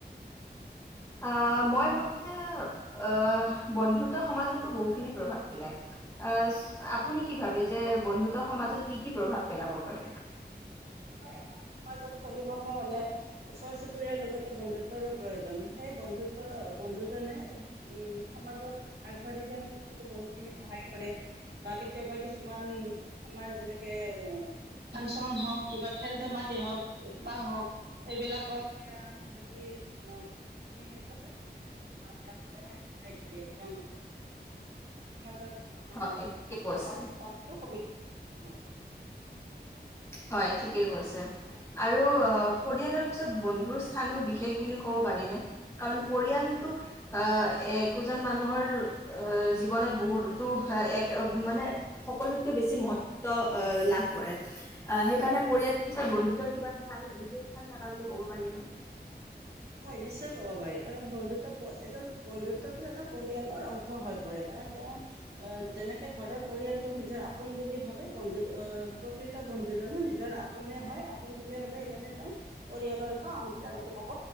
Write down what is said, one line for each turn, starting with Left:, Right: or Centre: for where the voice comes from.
Left: আহ, মই, ভাবো যে, আহ, বন্ধুত্ব সমাজতো বহুখিনি প্ৰভাৱ পেলায়। আহ আপুনি কি ভাবে যে বন্ধুত্ব সমাজত কি কি প্ৰভাৱ পেলাব পাৰে?
Right: হয়, এখন সমাজত চলিবলৈ হ'লে ওচৰ-চুবুৰীয়াৰ লগতে বন্ধুত্বৰো প্ৰয়োজন। সেই বন্ধুত্ব-বন্ধুজনে উম সমাজত আগবাঢ়ি যোৱাৰ ক্ষেত্ৰতো বহুতখিনি সহায় কৰে, বা কেতিয়াবা কিছুমান আমাৰ যেনেকে ফাংচন হওক কিবা খেল-ধেমালি হওক বা হওক এইবিলাকত এইয়া মানে কি বহুখিনি ক্ষেত্ৰত ইহঁতে আগবঢ়াই দিয়ে তেওঁলোকৰ মাজত <unintelligible> <unintelligible>
Left: হয় ঠিকে কৈছে।
Right: হয়
Left: হয়, ঠিকেই কৈছে। আৰু অ',
Right: হয়
Left: পৰিয়ালৰ পিছত তত বন্ধুৰ স্থানো বিশেষ বুলি ক'ব পাৰি নে? কাৰণ পৰিয়ালতটো আহ একোজন মানুহৰ এ, জীৱনত বহুতো এক মানে সকলোতকে বেছি মহত্ব লাভ কৰে। আ সেইকাৰণে
Right: হয়।
Left: পৰিয়ালৰ পিছত বন্ধু, সেইটোৰ কিবা স্থান, বিশেষ স্থান থাকা বুলি ক'ব পাৰিনে?
Right: হয়, নিশ্চয় ক'ব পাৰি কাৰণ বন্ধুত্ব এজন, বন্ধুত্বতো এটা পৰিয়ালৰ অংশ হৈ পৰে। কাৰণ তেওঁ আহ, যেনেকে ঘৰৰ পৰিয়ালটোক নিজৰ আপোন বুলি ভাবে বন্ধু, প্ৰকৃত বন্ধুজনো নিজৰ আপোনে হয়, আপোন বুলি ভাবে সেইকাৰণে তেওঁ পৰিয়ালৰ এটা অংশীদাৰ বুলি ক'ব